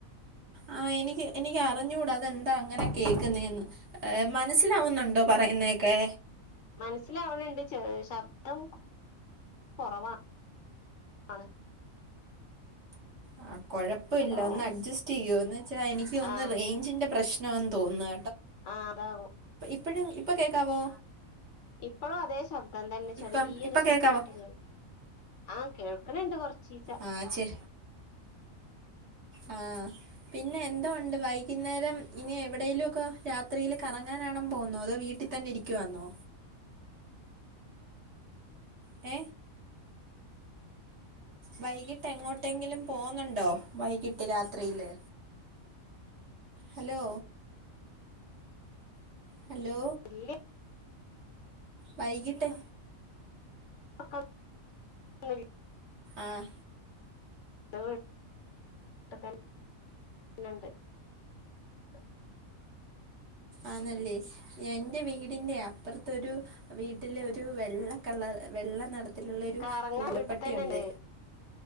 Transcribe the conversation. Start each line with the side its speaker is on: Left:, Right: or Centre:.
Right: ആഹ് എനിക്ക് എനിക്ക് അറിഞ്ഞൂട അതെന്താ അങ്ങനെ കേക്ക്ന്നെ എന്ന് ഏഹ് മനസ്സിലാവുന്നോണ്ടോ പറയുന്നേ ക്കെ
Left: മനസ്സിലാവാണ് ണ്ട് ശബ്ദം കൊറവാ ആണ്
Right: ആഹ്‌ കൊഴപ്പവില്ല
Left: ഹലോ
Right: ഒന്ന് അഡ്ജസ്റ്റ് ചെയ്യുവോ എന്ന് വെച്ചാ എനിക്ക് തോന്നു
Left: ആഹ്
Right: റേഞ്ചിന്റെ പ്രശ് ന്നോ തോന്നാ
Left: ആഹ് അതാവും
Right: പ്പഴും ഇപ്പൊ കേക്കാവോ
Left: ഇപ്പളു അതേ ശബ്ദം തന്നെ ചെറീയൊരു
Right: ഇപ്പം ഇപ്പൊ
Left: ശബ്‌ദയ്ട്ട്
Right: കേക്കാവോ
Left: കേൾ ആ കേൾക്ക്ണ് ണ്ട് കൊർച്ചീച്ച
Right: ആ ചെ ആ പിന്നെ എന്തോണ്ട് വൈകിന്നേരം ഇനി എവിടേലൊക്ക രാത്രീല് കറങ്ങാനാണൊ മ്പോന്നൊ അതോ വീട്ടിത്തന്നിരിക്കുവാന്നോ എ വൈകിട്ട് എങ്ങോട്ടെങ്കിലും പോന്നുണ്ടോ വൈകിട്ട് രാത്രീല് ഹലോ ഹലോ
Left: വീട്ടിൽ
Right: വൈകിട്ട്
Left: <inaudible>
Right: ആ
Left: <inaudible>
Right: ആന്നല്ലേ യെൻ്റെ വീടിൻ്റെ അപ്പർത്തൊരു വീട്ടിലൊരു വെള്ളക്കള്ളർ വെള്ള നടത്ത് ത്തിലുള്ളൊരു
Left: കറങ്ങാൻ
Right: പൂടപ്പട്ടിയുണ്ട്
Left: വീട്ടിൽ തന്നെണ്ട്